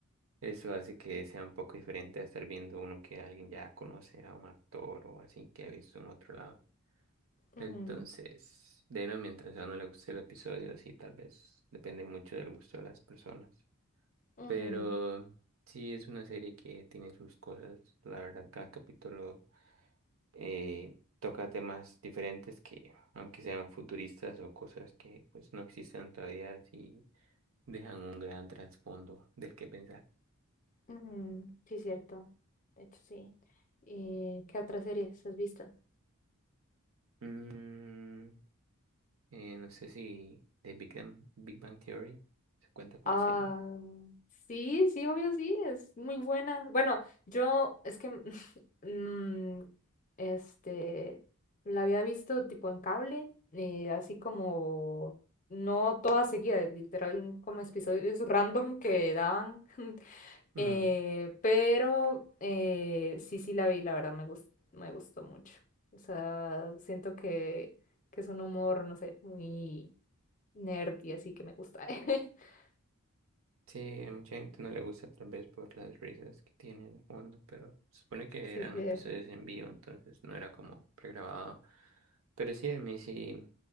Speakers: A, on the right (about 65°); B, on the left (about 35°).
A: eso hace que sea un poco diferente a estar viendo uno que alguien ya conoce a un actor o así que ha visto en otro lado.
B: Ujú,
A: Entonces, de no, mientras a uno le guste el episodio, así tal vez depende mucho del gusto de las personas.
B: ujú,
A: Pero sí es una serie que tiene sus cosas. La verdad, cada capítulo eh, toca temas diferentes que, aunque sean futuristas o cosas que pues no existen todavía, sí dejan un gran trasfondo del que pensar.
B: ujú, Sí, es cierto. De hecho, sí. ¿Y qué otras series has visto?
A: Mm, eh, no sé si The Big Bang, Big Bang Theory se cuenta como
B: Ah,
A: serie.
B: sí, sí, obvio, sí, es muy buena. Bueno, yo es que <laughs> mm, este la había visto tipo en cable, eh, así como no toda seguida, literal como episodios random que daban. <laughs>
A: Mm,
B: eh, pero eh, sí, sí la vi, la verdad me gus- me gustó mucho. O sea, siento que, que es un humor, no sé, muy nerdy, así que me gusta. <laughs>
A: Sí, a mucha gente no le gusta tal vez por las risas que tiene de fondo, pero se supone que
B: Sí,
A: eran
B: sí.
A: episodios en vivo, entonces no era como pregrabado. Pero sí, a mí sí